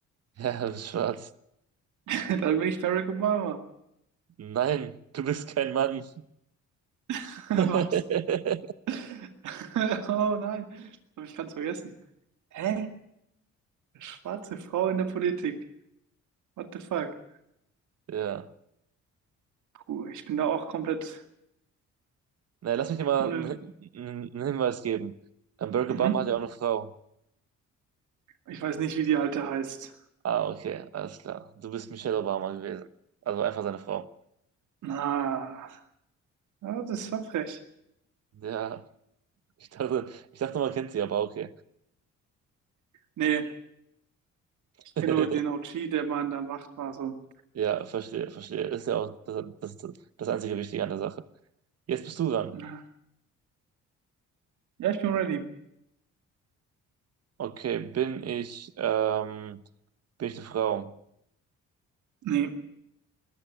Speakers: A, on the right; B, on the right.
A: Ja, du bist schwarz.
B: <laughs> Dann bin ich Barack Obama.
A: Nein, du bist kein Mann.
B: <laughs> Was?
A: <laughs>
B: <laughs> Oh nein, habe ich ganz vergessen. Hä? Eine schwarze Frau in der Politik. What the fuck?
A: Ja.
B: Puh, ich bin da auch komplett
A: Na, lass mich dir mal
B: unin...
A: einen, einen einen Hinweis geben. Ähm, Barack
B: Mhm.
A: Obama hat ja auch eine Frau.
B: Ich weiß nicht, wie die alte heißt.
A: Ah, okay, alles klar. Du bist Michelle Obama gewesen. Also einfach seine Frau.
B: Na, ja, das war frech.
A: Ja, ich dachte, ich dachte, man kennt sie, aber okay.
B: Nee,
A: <laughs>
B: ich kenne nur den OG, der mal in der Macht war. So,
A: Ja, verstehe, verstehe. Ist ja auch das, das, das einzige Wichtige an der Sache. Jetzt bist du dran.
B: Na, ja, ich bin ready.
A: Okay, bin ich ähm, Bin ich eine Frau?
B: Nee,